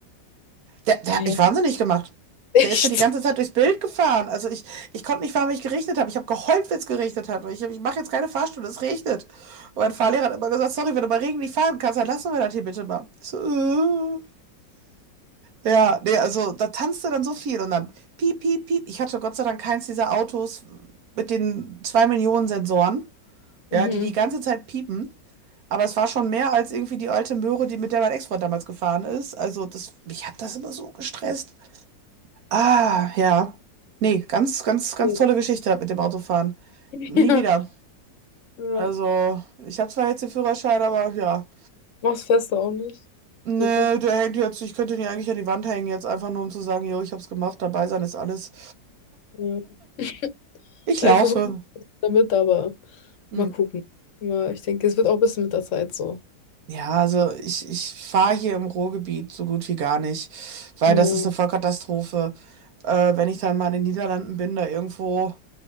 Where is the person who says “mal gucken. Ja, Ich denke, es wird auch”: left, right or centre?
Left